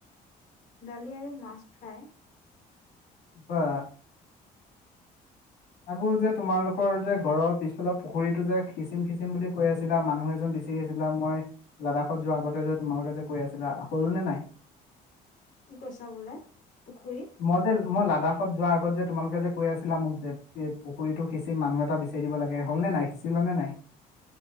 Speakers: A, on the left (about 50°); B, on the left (about 80°).
A: দালি আৰু মাছ ফ্ৰাই।
B: বা আকৌ যে তোমালোকৰ যে ঘৰৰ পিছফালে পুখুৰীটো যে খিচিম-খিচিম বুলি কৈ আছিলা মানুহ এজন বিচ <unintelligible> বিচাৰি আছিলা। মই লাডাখত যোৱা আগতে যে তোমালোকে যে কৈ আছিলা হ'ল নে নাই? <unintelligible>
A: কি কৈছা বোলে পুখুৰী? <unintelligible>
B: মই যে মই লাডাখত যোৱা আগত যে তোমালোকে যে কৈ আছিলা মোক যে পুুখুৰীটো সিঁচিম মানুহ এটা <unintelligible> বিচাৰি দিব লাগে। হ'ল নে নাই সিচিলা নে নাই? <unintelligible>